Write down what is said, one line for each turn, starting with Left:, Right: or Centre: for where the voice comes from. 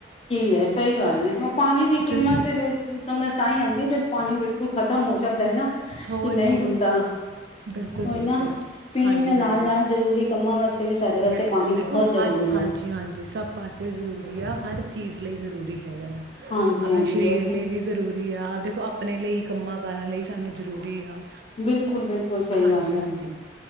Left: ਕੀ ਹੈ ਸਹੀ ਗੱਲ ਹੈ ਉਹ ਪਾਣੀ ਦੀ ਕੀਮਤ
Right: ਜ
Left: ਫਿਰ ਸਮਝ ਤਾਂ ਹੀ ਆਉਂਦੀ ਜਦ ਪਾਣੀ ਬਿਲਕੁਲ ਖਤਮ ਹੋ ਜਾਂਦਾ ਹੈ ਨਾ ਕਿ
Right: ਹੋਰ
Left: ਨਹੀਂ
Right: ਕੀ
Left: ਹੁੰਦਾ ਹੋ
Right: ਬਿਲਕੁਲ ਬਿਲਕੁਲ
Left: ਨਾ ਪੀਣ
Right: ਹਾਂਜੀ
Left: ਦੇ ਨਾਲ
Right: ਹਾਂਜੀ
Left: ਨਾਲ ਜ਼ਰੂਰੀ ਕੰਮਾਂ ਵਾਸਤੇ ਵੀ ਸਾਡੇ ਵਾਸਤੇ
Right: ਬਿਲਕੁਲ
Left: ਪਾਣੀ
Right: ਦੇਖੋ
Left: ਬਹੁਤ ਜ਼ਰੂਰੀ
Right: ਹਰ ਹਾਂਜੀ
Left: ਹੈ
Right: ਹਾਂਜੀ ਸਭ ਪਾਸੇ ਜ਼ਰੂਰੀ ਆ ਹਰ ਚੀਜ਼ ਲਈ ਜ਼ਰੂਰੀ ਹੈਗਾ ਆ
Left: ਹਾਂਜੀ
Right: ਆਪਣੇ
Left: ਹਾਂਜੀ
Right: ਸਰੀਰ
Left: ਉਹ
Right: ਲਈ ਵੀ ਜ਼ਰੂਰੀ ਰੀ ਆ ਦੇਖੋ ਆਪਣੇ ਲਈ ਕੰਮਾਂ ਕਾਰਾਂ ਲਈ ਸਾਨੂੰ ਜ਼ਰੂਰੀ ਆ
Left: ਬਿਲਕੁਲ ਬਿਲਕੁਲ ਸਹੀ
Right: ਹਾਂਜੀ
Left: ਗੱਲ ਹੈ
Right: ਹਾਂਜੀ